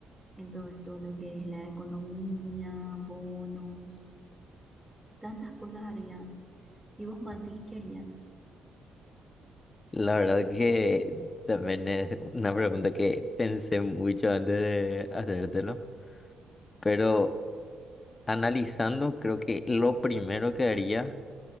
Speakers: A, in the centre; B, on the left.
A: en todo esto, lo que es la economía, bonos. Tantas cosas haría. ¿Y vos, Mati, qué harías?
B: La verdad que también es una pregunta que pensé mucho antes de hacértelo, pero analizando, creo que lo primero que haría,